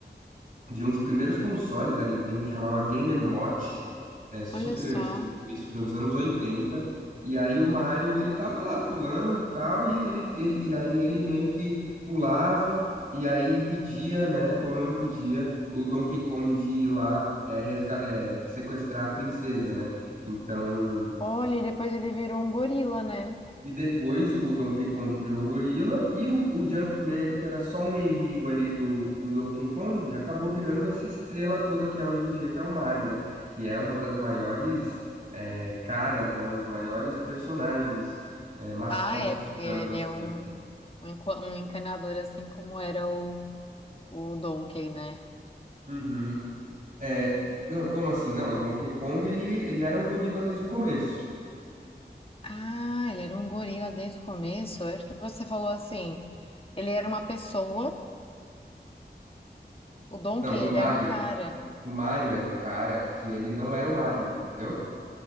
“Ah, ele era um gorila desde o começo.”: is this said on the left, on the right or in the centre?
Left